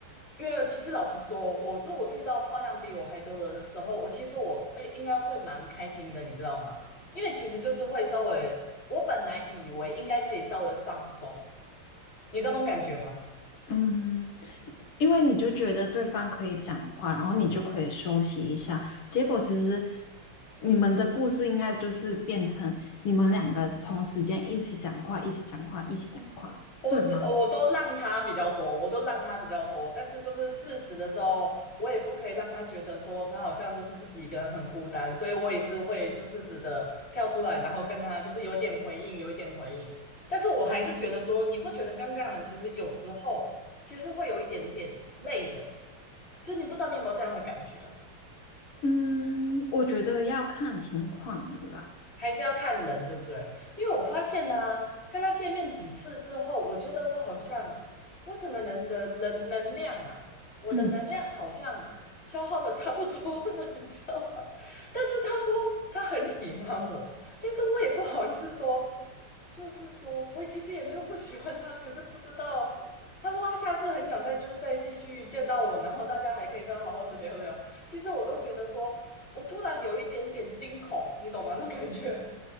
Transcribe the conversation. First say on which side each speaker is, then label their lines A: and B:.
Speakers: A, on the left; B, on the left.
A: 因为其实老实说，我如果遇到话量比我还多的时候，我其实我哎应该会蛮开心的，你知道吗？因为其实就是会稍微，我本来以为应该可以稍微放松，你知道那种感觉吗？
B: 嗯，因为你就觉得对方可以讲话，然后你就可以休息一下。结果其实你们的故事应该就是变成你们两个同时间一起讲话，一起讲话，一起讲话，
A: 我只我都让他比较多，
B: 对吗？
A: 我都让他比较多，但是就是事实的时候，我也不可以让他觉得说他好像就是自己一个人很孤单，所以我也是会就适时的跳出来，然后跟他就是有点回应，有一点回应。但是我还是觉得说，你不觉得跟这样的人其实有时候其实会有一点点累的，就是你不知道你有没有这样的感觉啊？
B: 嗯，我觉得要看情况了啦。
A: 还是要看人，对不对？因为我发现呢、跟他见面几次之后，我觉得我好像我整个人的能能量啊，我的能量好像消耗的差不多了，
B: 嗯，
A: <laughs> 你知道吗？但是他说他很喜欢我，但是我也不好意思说，就是说我其实也没有不喜欢他，可是不知道。他说他下次很想再就是再继续见到我，然后大家还可以再好好的聊聊。其实我都觉得说，我突然有一点点惊恐，你懂吗？那种感觉。